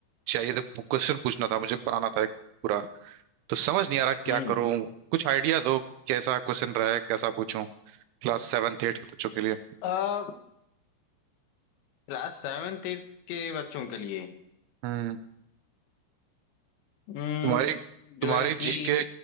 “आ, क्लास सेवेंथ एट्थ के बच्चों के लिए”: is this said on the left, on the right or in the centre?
Left